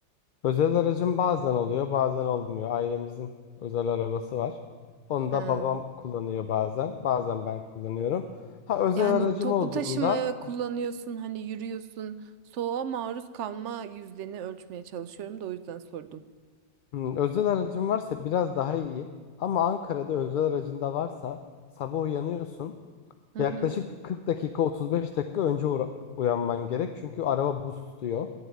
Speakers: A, on the left (about 55°); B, on the right (about 80°).
A: Özel aracım bazen oluyor, bazen olmuyor. Ailemizin özel arabası var. Onu
B: Ha.
A: da babam kullanıyor bazen, bazen ben kullanıyorum. Ha özel
B: Yani
A: aracım
B: toplu
A: olduğunda,
B: taşımaya kullanıyorsun, hani yürüyorsun. Soğuğa maruz kalma yüzdeni ölçmeye çalışıyorum da o yüzden sordum.
A: hmm, özel aracım varsa biraz daha iyi. Ama Ankara'da özel aracın da varsa sabah uyanıyorsun.
B: Hı
A: Yaklaşık
B: hı.
A: bir 40 dakika, 35 dakika önce uğra- uyanman gerek. Çünkü araba buz tutuyor.